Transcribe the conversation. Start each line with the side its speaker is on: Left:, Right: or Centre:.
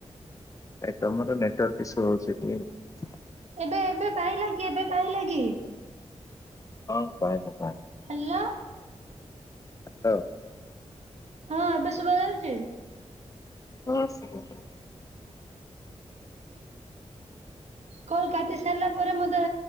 Left: ଏ ତମର ନେଟୱାର୍କ ଇସୁ ହଉଛି କି?
Right: ଏବେ ଏବେ ପାଇଲା କି ଏବେ ପାଇଲା କି?
Left: ହଁ ପାଇଲା ପା
Right: ହାଲୋ।
Left: ହାଲୋ।
Right: ହଁ ଏଵେ ଶୁଭା ଯାଉଛି।
Left: ହଁ ଶୁଭା
Right: କଲ କାଟି ସାରିଲା ପରେ ମତେ